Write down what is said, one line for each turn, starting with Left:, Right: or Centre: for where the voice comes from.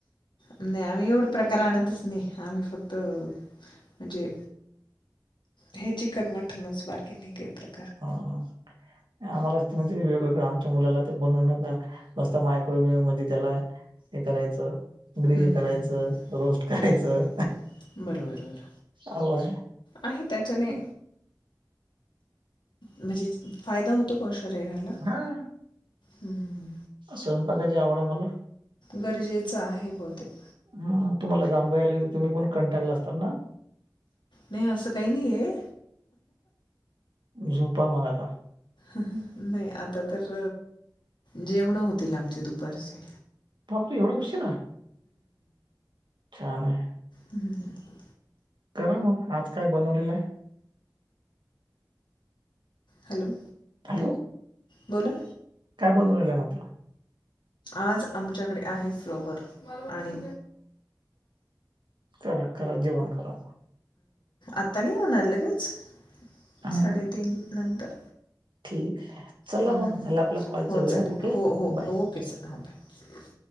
Left: नाही. आम्ही एवढे प्रकार आणतच नाही, आम्ही फक्त म्हणजे हे चिकन मटनच, बाकी नाही काही प्रकार.
Right: हा. आम्हाला असतं म्हणजे वेगवेगळं, आमच्या मुलाला ते बनवू नका, नुसता मायक्रोवेव्ह मध्ये त्याला हे करायचं, ग्रिल
Left: हं, हं,
Right: करायचं,
Left: हं, हं.
Right: रोस्ट करायचं.
Left: बरं. बरोबर, बरोबर.
Right: आवळा आहे?
Left: आहे त्याच्याने
Right: हम्..
Left: म्हणजे, फायदा होतो का ओ शरीराला?
Right: हा
Left: हम् हम..
Right: स्वयंपाकाची आवड आहे मला.
Left: गरजेचं आहे, बहूतेक
Right: ह.. तुम्हाला जांभई आली होती, तुम्ही पण कंटाळला असताल ना?
Left: नाही, असं काही नाही आहे.
Right: झोपा मग, आता.
Left: नाही आता तर, जेवणं होतील आमचे दुपारचे.
Right: बापरे! एवढ्या उशीरा? छान आहे.
Left: हम् हम् ह्...
Right: करा मग! आज काय बनवलेलं आहे?
Left: हॅलो.
Right: हॅलो.
Left: बोला.
Right: काय बनवलेलं आहे म्हटलं?
Left: आज, आमच्याकडे आहे फ्लॉवर आणि
Right: करा, करा! जेवण करा!
Left: आता नाही होणार लगेच?
Right: हा
Left: साडेतीन नंतर.
Right: ठीक आहे. चला
Left: ह्.. ह्..
Right: मग झाला आपला
Left: हम,
Right: कॉलचा
Left: हो
Right: वेळ
Left: चालेल,
Right: ओके
Left: हो-हो
Right: बाय
Left: ओके सर. हा बाय!